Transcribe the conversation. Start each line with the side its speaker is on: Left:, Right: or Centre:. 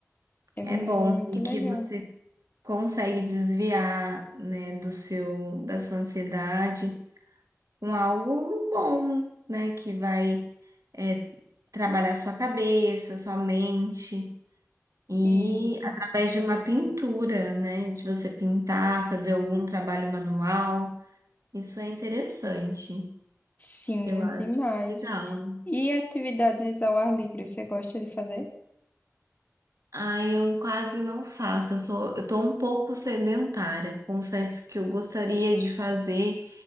Left: É
Right: É
Left: muito
Right: bom e
Left: legal.
Right: que você consegue desviar, né, do seu, da sua ansiedade com algo bom, né, que vai é, trabalhar sua cabeça, sua mente e
Left: Isso.
Right: através de uma pintura, né, de você pintar, fazer algum trabalho manual. Isso é interessante.
Left: Sim,
Right: Eu acho
Left: demais.
Right: legal.
Left: E atividades ao ar livre, você gosta de fazer?
Right: Ai, eu quase não faço. Eu sou, eu tô um pouco sedentária. Confesso que eu gostaria de fazer